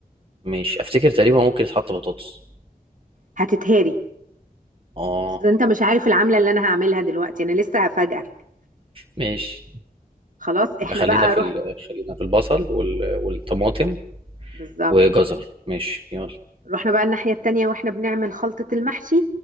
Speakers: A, on the right; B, on the right.
A: ماشي افتكر تقريبا ممكن يتحط بطاطس
B: هتتهري
A: اه
B: اصل انت مش عارف العملة اللي انا هعملها دلوقتي انا لسه هفاجئك
A: ماشي
B: خلاص احنا
A: يبقى خلينا
B: بقى
A: في
B: روح
A: ال... خلينا في البصل وال... والطماطم
B: بالظبط
A: وجزر ماشي يلا
B: رحنا بقى الناحية التانية واحنا بنعمل خلطة المحشي